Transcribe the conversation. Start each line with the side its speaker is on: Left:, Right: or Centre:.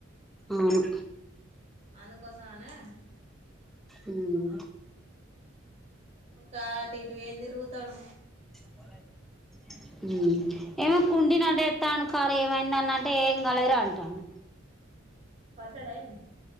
Centre: అవును
Right: అందుకోసం అనే
Centre: ఉమ్
Right: ఊక అటు ఇటు ఏం తిరుగుత్ త్తడు
Centre: హమ్ ఏమ కుండి నట తాను కాలు ఏమైంది అన్న అంటే ఏం గాలేదురా అంటాండు
Right: పడ్డాడ ఏంది